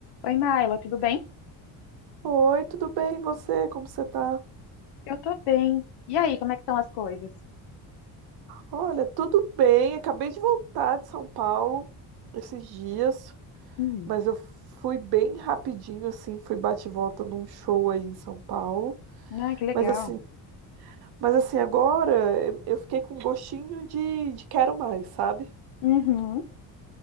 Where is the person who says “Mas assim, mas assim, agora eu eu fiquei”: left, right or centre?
Right